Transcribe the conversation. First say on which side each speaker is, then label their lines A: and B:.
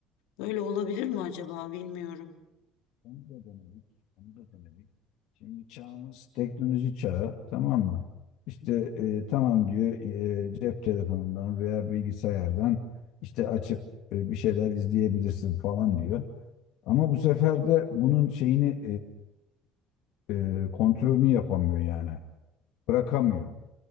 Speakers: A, on the left; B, on the left.
A: böyle olabilir mi acaba bilmiyorum.
B: Onu da denedik. Onu da denedik. Şimdi çağımız teknoloji çağı tamam mı? İşte e, tamam diyor e, cep telefonundan veya bilgisayardan işte açıp e, bir şeyler izleyebilirsin falan diyor. Ama bu sefer de bunun şeyini e, e, kontrolünü yapamıyor yani. Bırakamıyor.